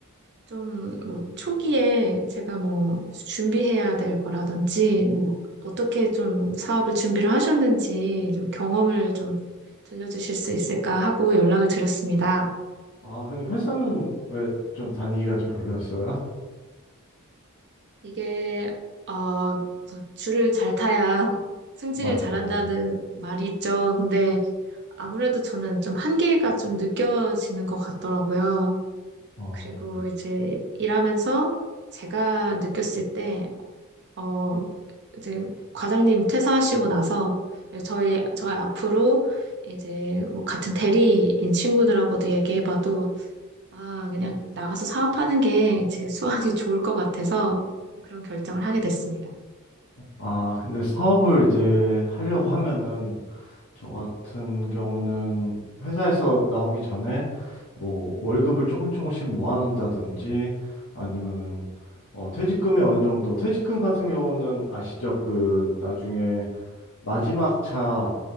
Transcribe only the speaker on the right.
좀,
뭐, 초기에 제가 뭐, 준비해야 될 거라든지, 뭐, 어떻게 좀 사업을 준비를 하셨는지, 좀 경험을 좀 들려주실 수 있을까 하고 연락을 드렸습니다.
이게, 어, 저 줄을 잘 타야 <laughs> 승진을
잘한다는 말이 있죠. 근데 아무래도 저는 좀 한계가 좀 느껴지는 것 같더라고요.
그리고 이제 일하면서 제가 느꼈을 때, 어, 이제 과장님 퇴사하시고 나서 저희, 저희 앞으로 이제 뭐 같은 대리인 친구들하고도 얘기해봐도 아, 그냥 나가서 사업하는 게 제 수완이 <laughs> 좋을 것 같아서 그런 결정을 하게 됐습니다.